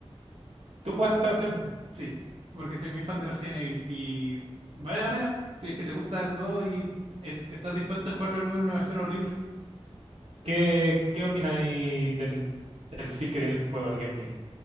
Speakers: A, on the right; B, on the right.
A: ¿Tú jugaste esta versión?
B: Sí, porque soy muy fan de Resident Evil y vale la pena si es que te gusta el 2 y e- estás dispuesto a jugarlo de nuevo en una versión horrible,
A: ¿Qué, qué opináis del el feel que tiene el juego, el gameplay?